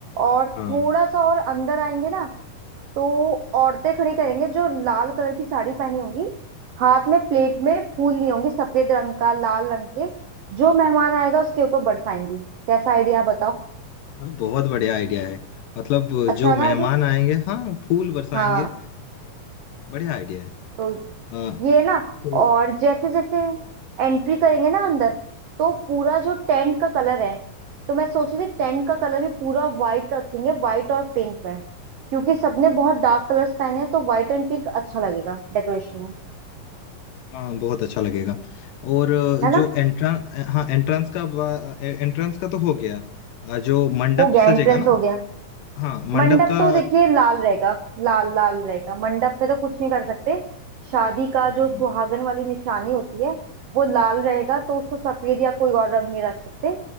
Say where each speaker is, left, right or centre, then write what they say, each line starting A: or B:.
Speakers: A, on the right; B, on the left.
A: और थोड़ा
B: हाँ
A: सा और अंदर आएंगे ना तो औरतें खड़ी करेंगे जो लाल कलर की साड़ी पहनी होंगी हाथ में प्लेट में फूल ली होंगी सफेद रंग का लाल रंग के जो मेहमान आएगा उसके ऊपर बरसाएंगी कैसा आइडिया बताओ
B: हाँ, बहुत बढ़िया आइडिया है मतलब
A: अच्छा
B: जो
A: है
B: मेहमान
A: ना आइडिया
B: आएंगे हाँ फूल बरसाएंगे
A: हाँ
B: बढ़िया आइडिया है
A: तो
B: हाँ
A: ये ना
B: तो
A: और जैसे जैसे एंट्री करेंगे ना अंदर तो पूरा जो टेंट का कलर है तो मैं सोच रही थी टेंट का कलर भी पूरा व्हाइट रखेंगे व्हाइट और पिंक में क्योंकि सबने बहुत डार्क कलर्स पहने हैं तो व्हाइट एंड पिंक अच्छा लगेगा डेकोरेशन में
B: हाँ बहुत अच्छा लगेगा और अ, जो
A: है ना
B: एंट्रेंस हाँ एंट्रेंस का एंट्रेंस का तो हो गया अ, जो मंडप
A: हो गया
B: सजेगा
A: एंट्रेंस
B: ना
A: हो गया
B: हाँ मंडप
A: मंडप
B: का
A: तो देखिए लाल रहेगा लाल लाल रहेगा मंडप पे तो कुछ नहीं कर सकते शादी का
B: हम्म,
A: जो
B: हम्म,
A: सुहागन वाली निशानी होती है वो लाल रहेगा तो उसको सफेद या कोई और रंग नहीं रख सकते